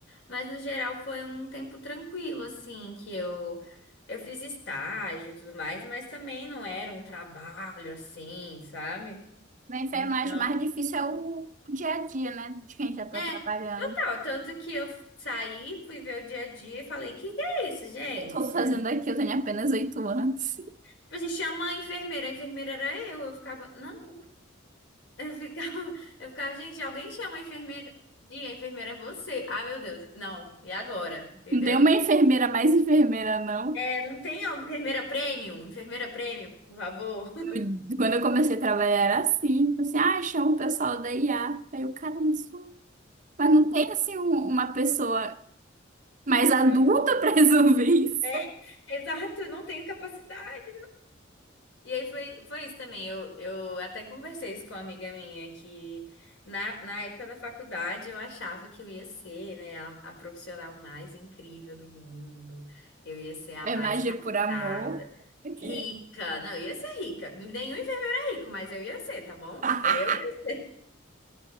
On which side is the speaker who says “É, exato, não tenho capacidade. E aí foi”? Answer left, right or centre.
Left